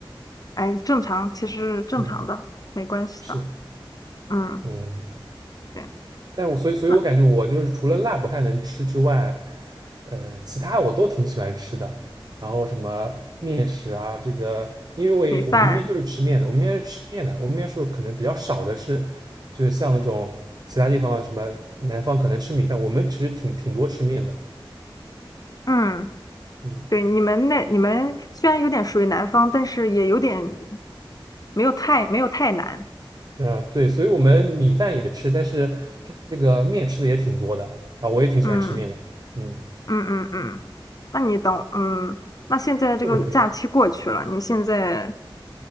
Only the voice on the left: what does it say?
哎，正常，其实正常的，
没关系的。
嗯，
对，
那
米饭，
嗯。
对，你们那你们虽然有点属于南方，但是也有点没有太没有太难。
嗯
嗯嗯嗯，那你等嗯，那现在这个假期过去了，
你现在